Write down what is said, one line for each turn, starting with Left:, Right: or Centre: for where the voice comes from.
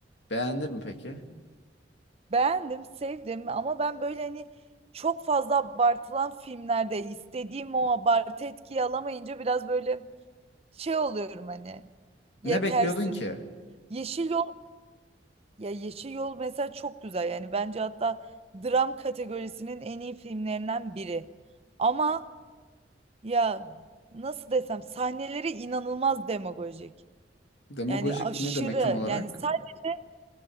Left: Beğendin mi peki?
Right: Beğendim, sevdim ama ben böyle hani çok fazla abartılan filmlerde istediğim o abartı etkiyi alamayınca biraz böyle şey oluyorum hani yetersiz.
Left: Ne bekliyordun ki?
Right: Yeşil Yol ya Yeşil Yol mesela çok güzel yani bence hatta dram kategorisinin en iyi filmlerinden biri. Ama Ya nasıl desem sahneleri inanılmaz demagojik.
Left: Demagojik
Right: Yani aşırı
Left: ne demek tam olarak?
Right: yani sadece